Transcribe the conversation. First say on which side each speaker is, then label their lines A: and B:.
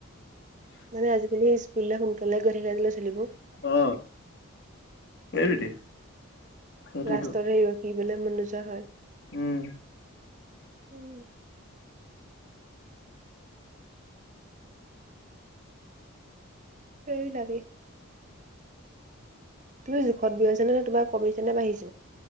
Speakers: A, on the right; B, on the left.
A: মানে আজাকালি স্কুললে সোনকালে গৈ থাকে দিলে চলিবো
B: অ
A: উম,
B: এইটোৱেই সেইটোৱেইটো
A: লাচতো এইবলে মনো নোযোৱা হয়।
B: উম।
A: <unintelligible> সেই লাগে। তুমি জোখত গৈ আছা নে নে তোমাৰ কমিছেনে বাঢ়িছে?